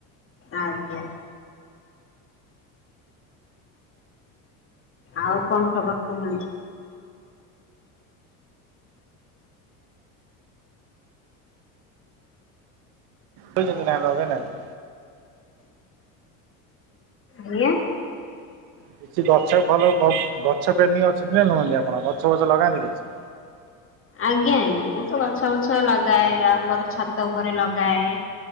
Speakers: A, on the left; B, on the right.
A: ଆଜ୍ଞା। ଆଉ କଣ ଖବର କୁହ।
B: ତ ନିନିନା ନବେନା କି?
A: ଭାୟା
B: କିଛି ଗଛ ଭଲ ବ ଗଛ ପ୍ରେମୀ ଅଛନ୍ତି ନା ନୁହନ୍ତି ଆପଣ, ଗଛ ବଛ ଲଗାନ୍ତି କିଛି?
A: ଆଜ୍ଞା, ଆଜ୍ଞା ମୁଁ ତ ଗଛ ବୁଛ ଲଗାଏ, ଆମର ଛାତ ଓପରେ ଲଗାଏ।